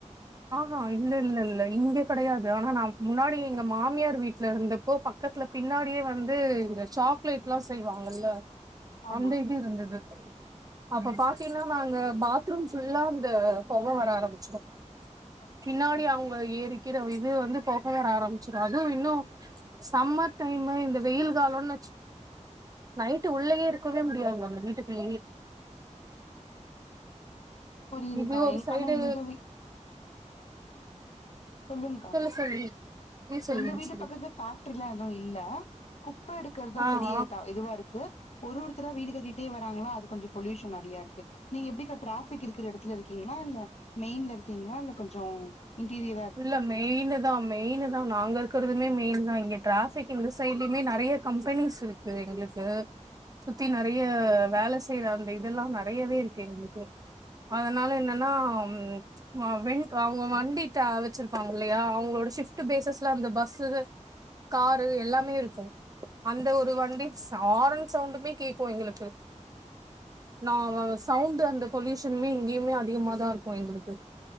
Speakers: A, on the right; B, on the left.
A: ஆஹா இல்ல இல்ல இல்ல இங்க கெடையாது ஆனா நா முன்னாடி எங்க மாமியார் வீட்லருந்தப்போ பக்கத்துல பின்னாடியே வந்து இந்த சாக்லேட்ல்லா செய்வாங்கல்ல
B: ஆமா
A: அந்த இது இருந்துது அப்ப பாத்தீங்கன்னா நாங்க பாத்ரூம் ஃபுல்லா அந்த பொக வர ஆரம்பிச்சிரு
B: அச்சோ
A: பின்னாடி
B: ம்
A: அவங்க ஏறி க்கிற இது வந்து பொக வர ஆரம்பிச்சிது அது இன்னு சம்மர் டைமு இந்த வெயில் காலோன்னு நைட்டு் உள்ளயே இருக்கவே முடியாது அங்க வீட்டுக்குள்ளயே
B: புரியுதுக்கா
A: இது ஒரு
B: எங்
A: சைடு
B: ஆனா எங்க வீ சொல்லுங்க்கா
A: சொல்லு சொல்லு நீ சொல்லு
B: எங்க
A: நீ
B: வீட்டு
A: சொல்லு
B: பக்கத்துல பேக்ட்ரில்லா எது இல்ல குப்ப எடுக் க்கறத் தா
A: ஆ
B: பெரிய
A: ஆ
B: த இதுவா இருக்கு ஒரு ஒருத்தர் வீடு கட்டிட்டே வராங்ளா அது கொஞ்சோ பொல்யூஷன் நெறையா இருக்கு நீங்க எப்டிக்கா ட்ராஃபிக் இருக்கற எடத்துல இருக்கீங்ளா இல்ல மெய்ன்ல இருக்கீங்ளா இல்ல கொஞ்சோ இன்டீரியர்
A: இல்ல மெயினு தா மெயினு தா நாங்க இருக்கறதுமே மெயின் தா இங்க ட்ராஃபிக் இந்த சைடுலயுமே நெறைய கம்பெனிஸ் இருக்கு எங்களுக்கு சுத்தி நெறைய வேல செய்ற அந்த இதெல்லா நெறையவே இருக்கு எங்களுக்கு அதனால என்னனா <unintelligible> அவங்க வண்டி <unintelligible> வெச்சிருப்பாங்கில்லயா அவங்களோட ஷிஃப்ட்டு பேசஸ்ல அந்த பஸ்ஸுக, காரு எல்லாமே இருக்கு அந்த ஒரு வண்டி ஸ் ஆரன் சவுண்டுமே கேக்கு எங்களுக்கு நா <unintelligible> சவுண்டு அந்த பொல்யூஷன்மே இங்கயுமே அதிகமா தா இருக்கும் எங்களுக்கு